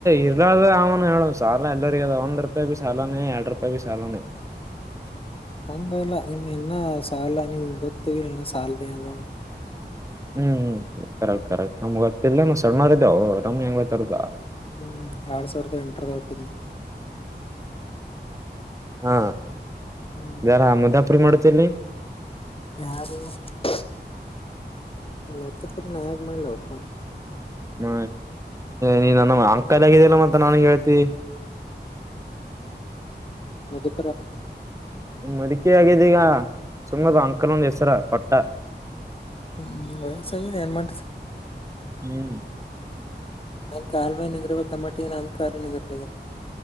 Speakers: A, on the right (about 15°); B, on the left (about 30°).
A: ಇರ್ಲಾದ ಅವನು ಹೇಳ ಸಾಲ ಎಲ್ಲರಿಗದ ಒಂದ್ ರೂಪಾಯಿ ಬಿ ಸಾಲಾನೇ ಎರಡ್ ರೂಪಾಯಿ ಬಿ ಸಾಲಾನೇ
B: ಹಂಗಲ್ಲ ಇನ್ನ ಸಾಲ ಅ ಮುಂಬತ್ತುತ್ತುಣ ಸಾಲ ದಲ್ಲ
A: ಹ್ಮ್ ಕರೆಕ್ಟ್ ಕರೆಕ್ಟ್ ನಮ್ಗ್ ಗೊತ್ತಿಲ್ಲ ನ ಸಣ್ಣರ್ ಇದೇವು ನಮ್ ಹೆಂಗ ಬತಾರದ
B: ಹ್ಮ್ ಆಡ್ ಸಾವಿರದ ಎಂಟರ ಒಟ್ಟುನ
A: ಹಾ
B: ಹ್ಮ್
A: ಯಾರ ಮುದಾಪುರಿ ಮಾಡತಲ್ಲಿ
B: ಹಾ <unintelligible> ಮತ್ತ ಪರಿ ನ ಯಾಗ ಮಾಡ್ಲ ಒಪ್ಪ
A: ಹ್ಮ ನೀ ನಮ್ಮ ಅಂಕಲ್ ಆಗಿದಲ್ಲ ಮತ್ತ ನಾಗೆ ಹೇಳ್ತೀ
B: ಬ
A: ಮದಕಿ ಆಗಿದೀಗ ಸುಮ್ಮದು
B: ಹ್ಮ್
A: ಅಂಕಲ್ ಒಂದ್ ಹೆಸರ ಪಟ್ಟ
B: ಹ್ಮ್ ವಯಸ ಏನ್ ಮಾಡ
A: ಹ್ಮ್ <unintelligible>
B: ನಾನ್ ಕಾಲ್ ಮ್ಯಾಲ ನಿಂದ್ರ್ಬೇಕ್ ಅಬ್ಬಮಟ್ಟಿಗಿ ನನ್ನ ಕಾಲ ನಿಂದ್ರಲ ಆಗ್ಯದ.